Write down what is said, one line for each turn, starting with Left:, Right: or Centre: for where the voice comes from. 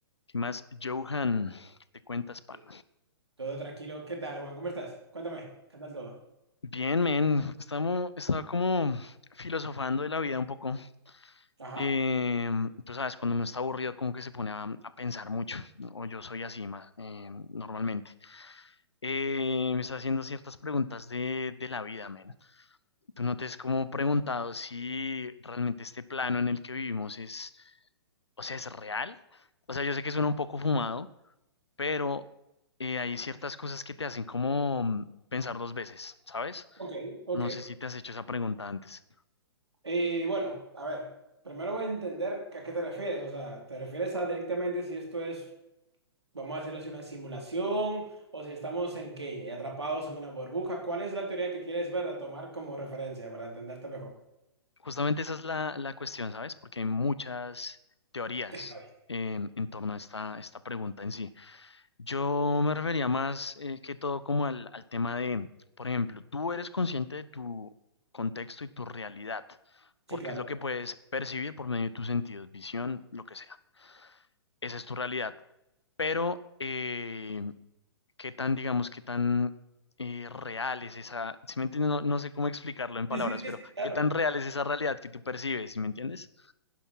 Left: ¿Qué más? Johan, te cuentas, pa?
Right: ¿Qué- Todo tranquilo. ¿Qué tal, Juan? ¿Cómo estás? Cuéntame, ¿qué tal todo?
Left: Bien, men, estamos, estaba como filosofando de la vida un poco.
Right: Ajá.
Left: Eh, tú sabes, cuando uno está aburrido, como que se pone a, a pensar mucho, ¿no? o yo soy así, ma, eh, normalmente. Eh, me está haciendo ciertas preguntas de, de la vida, men. Tú no te has como preguntado si realmente este plano en el que vivimos es, o sea, es real. O sea, yo sé que suena un poco fumado, pero eh, hay ciertas cosas que te hacen como mm, pensar dos veces, ¿sabes?
Right: Ok, ok.
Left: No sé si te has hecho esa pregunta antes.
Right: Eh, bueno, a ver, primero voy a entender a qué te refieres. O sea, ¿te refieres a directamente si esto es, vamos a decirlo así, una simulación o si estamos en qué, atrapados en una burbuja? ¿Cuál es la teoría que quieres ver a tomar como referencia para entenderte mejor?
Left: Justamente esa es la, la cuestión, ¿sabes? Porque hay muchas teorías
Right: Está bien.
Left: eh, en torno a esta, esta pregunta en sí. Yo me refería más eh, que todo como al, al tema de, por ejemplo, tú eres consciente de tu contexto y tu realidad, porque
Right: Sí, claro.
Left: es lo que puedes percibir por medio de tus sentidos, visión, lo que sea. Esa es tu realidad pero eh, qué tan, digamos, qué tan eh, real es esa, si me entiendes? No, no sé cómo explicarlo en palabras,
Right: Sí, sí, sí,
Left: pero
Right: sí, claro.
Left: qué tan real es esa realidad que tú percibes, si me entiendes?